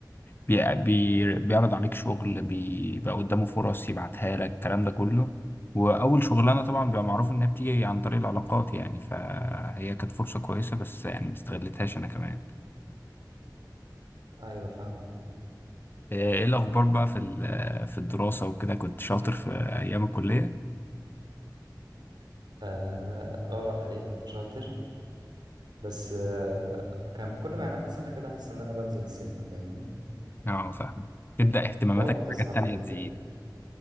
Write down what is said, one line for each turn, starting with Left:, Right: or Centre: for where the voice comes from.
Left: بي بي بيعرض عليك شغل بيبقى قدامه فرص يبعتها لك الكلام ده كله وأول شغلانة طبعا بيبقى معروف إنها بتيجي عن طريق العلاقات يعني فهي كانت فرصة كويسة بس يعني ما استغلتهاش أنا كمان
Right: ايوه فاهمه
Left: إيه إيه الأخبار بقى في ال- في الدراسة وكده كنت شاطر في أيام الكلية؟
Right: اه آه، الحقيقه كنت شاطر بس آه كان كل ما يعدي سنه كده احس ان انا بنزل سنه فاهمني
Left: أه فاهمة تبدأ اهتماماتك
Right: المواد بتصعب
Left: بحاجات تانية
Right: والضغط
Left: تزيد